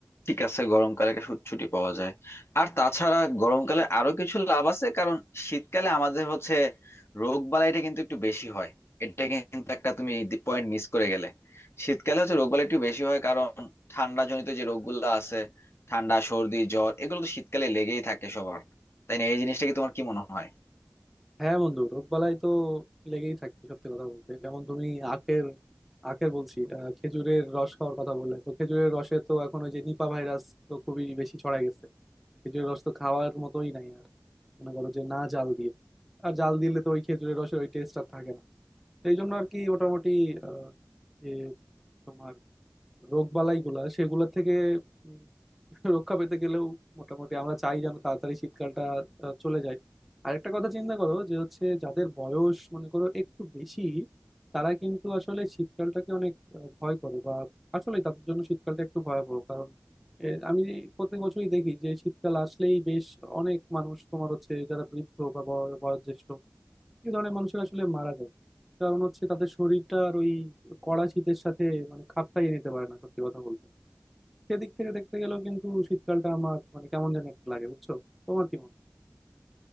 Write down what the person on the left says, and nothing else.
ঠিক আছে গরমকালে ছুট- ছুটি পাওয়া যায় আর তাছাড়া গরমকালে আরো কিছু লাভ আছে কারণ শীতকালে আমাদের হচ্ছে রোগ বালাইটা কিন্তু একটু বেশি হয় এটা কিন্তু একটা তুমি পয়েন্ট মিস করে গেলে শীতকালে হচ্ছে রোগ বালাই একটু বেশি হয় কারণ ঠান্ডা জনিত যে রোগগুলো আছে ঠান্ডা সর্দি জ্বর এগুলো তো শীতকালে লেগেই থাকে সবার তাই না এই জিনিসটা কি তোমার কি মনে হয়